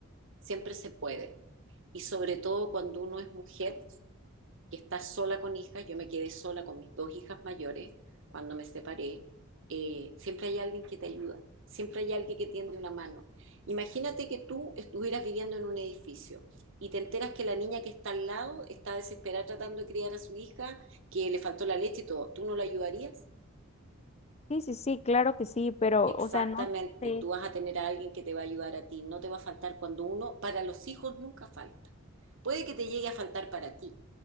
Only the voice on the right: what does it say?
Siempre se puede. Y sobre todo cuando uno es mujer. que está sola con hijas, yo me quedé sola con mis dos hijas mayores cuando me separé, eh, siempre hay alguien que te ayuda, siempre hay alguien que tiende una mano. Imagínate que tú estuvieras viviendo en un edificio y te enteras que la niña que está al lado está desesperada tratando de criar a su hija, que le faltó la leche y todo, ¿tú no la ayudarías?
Exactamente,
tú vas a tener a alguien que te va a ayudar a ti, no te va a faltar cuando uno, para los hijos nunca falta. Puede que te llegue a faltar para ti,